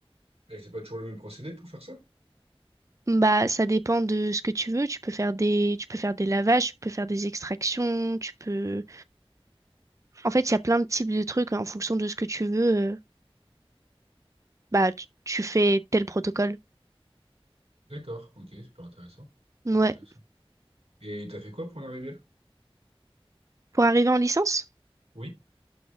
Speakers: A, on the right (about 85°); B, on the right (about 30°).
A: Et c'est pas toujours le même procédé pour faire ça?
B: Bah, ça dépend de ce que tu veux. Tu peux faire des, tu peux faire des lavages, tu peux faire des extractions, tu peux. En fait, il y a plein de types de trucs en fonction de ce que tu veux. euh, bah, tu, tu fais tel protocole.
A: D'accord, ok, super intéressant. Super
B: Ouais.
A: intéressant. Et t'as fait quoi pour en arriver là?
B: Pour arriver en licence,
A: Oui,